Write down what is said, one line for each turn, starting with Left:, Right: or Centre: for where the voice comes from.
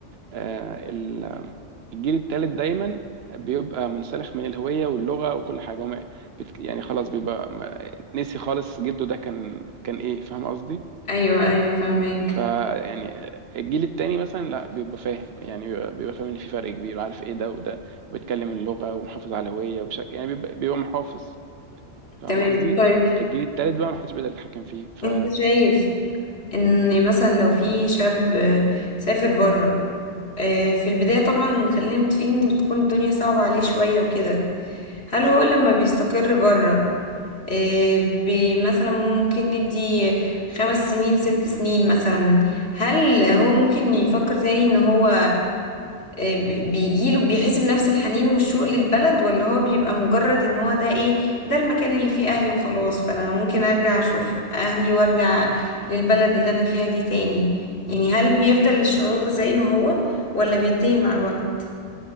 Right: آه، ال- الجيل الثالث دايما بيبقى منسلخ من الهويه واللغه وكل حاجه هم بت- يعني خلاص بيبقى ما- نسي خالص جده ده كان كان ايه فاهم قصدي
Left: أيوه أيوه فاهمك
Right: فيعني الجيل التاني مثلا لا بيبقى فاهم يعني بيبقى بيبقى فاهم ان في فرق كبير وعارف ايه ده وده وبيتكلم اللغه ومحافظ على الهويه وبشكل يعني بيبقى, بيبقى محافظ فاهم
Left: تمام
Right: قصدي
Left: طيب
Right: الجيل التالت بقى ما حدش بيقدر يتحكم فيه ف
Left: أنت شايف ان مثلا لو في شاب آه، سافر بره آه، في البداية طبعا خلينا متفقين ان بتكون الدنيا صعبة عليه شوية وكده هل
Right: مم.
Left: هو لما بيستقر بره آه، بي- مثلا ممكن ندي خمس سنين ست سنين مثلا هل هو ممكن يفكر تاني ان هو آه، ب- بيجيله بيحس بنفس الحنين والشوق للبلد ولا هو بيبقى مجرد ان هو ده ايه ده المكان اللي فيه اهلي وخلاص فانا ممكن ارجع اشوف اهلي وارجع للبلد اللي انا فيها دي تاني يعني هل بيفضل الشعور زي ما هو ولا بينتهي مع الوقت